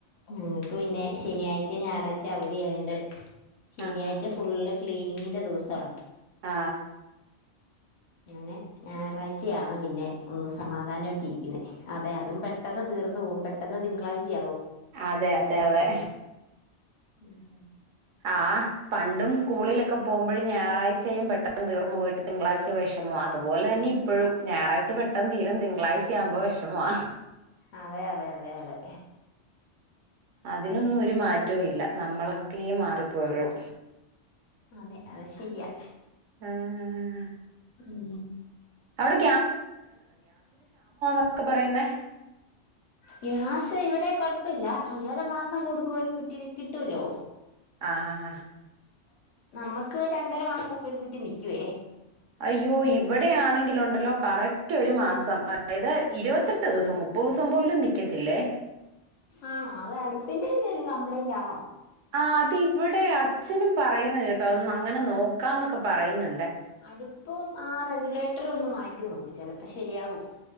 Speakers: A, on the left (about 80°); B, on the right (about 85°).
A: ഉം ഞക്ക് പിന്നെ ശനിയാഴ്ചയും ഞായറാഴ്ചയും അവധി ആയോണ്ട് ശനിയാഴ്ച
B: ആഹ്
A: ഫുള്ള് ക്ലീനിങ്ങിന്റെ ദിവസവാ
B: ആ
A: അങ്ങനെ ഞായറാഴ്ചയാണ് പിന്നെ ഒന്ന് സമാധാനമായിട്ട് ഇട്ടിരിക്കുന്നേ അതെ അതും പെട്ടെന്ന് തീർന്ന് പോകും പെ പെട്ടന്ന് തിങ്കളാ്ച ആവും
B: അതെ അതെ അതെ
A: ഉം
B: ആ പണ്ടും സ്കൂളിലൊക്കെ പോകുമ്പോഴും ഞായറാഴ്ചയും പെട്ടെന്ന് തീർന്നു പോയിട്ട് തിങ്കളാഴ്ച വെഷമാ അതുപോലെ തന്നെ ഇപ്പഴും ഞായറാഴ്ച പെട്ടെന്ന് തീരും തിങ്കളാഴ്ച യാവുമ്പോ വെഷമാ
A: അതെ അതെ അതെ അതെ അതെ
B: അതിനൊന്നും ഒരു മാറ്റവും ഇല്ല നമ്മളൊക്കെയെ മാറിപ്പോയൊള്ളു
A: അതെ അത് ശരിയാ
B: ആഹ്
A: ഉം
B: അവിടെ ഒക്കെ പറയുന്നേ
A: ഗ്യാസ് ഇവിടെ കൊഴപ്പില്ല. ഒന്നര മാസം കൂടുമ്പോ ഒരു കുറ്റി കിട്ട്ല്ലോ
B: ആ ഹഹ
A: നമ്മക്ക് രണ്ടര മാസൊക്കെ ഒരു കുറ്റിനിക്കുവേ
B: അയ്യോ ഇവിടെയാണ് എങ്കിലുണ്ടല്ലോ കറക്റ്റ് ഒരു മാസം അതായത് ഇരുവത്തെട്ട് ദിവസം മുപ്പതു ദിവസം പോലും നിക്കത്തില്ലേ
A: ആണോ അത് അടുപ്പിന്റെ എന്തേലും കംപ്ലെന്റാണോ?
B: ആ അത് ഇവിടെ അച്ഛനും പറയുന്ന കേട്ടു അതൊന്ന് അങ്ങനെ നോക്കാംന്നൊക്കെ പറയുന്നു.
A: അടു പ്പും ആ റെഗുലേറ്റർ ഒന്ന് മാറ്റി നോക്ക് ചെലപ്പ ശെരിയാവും.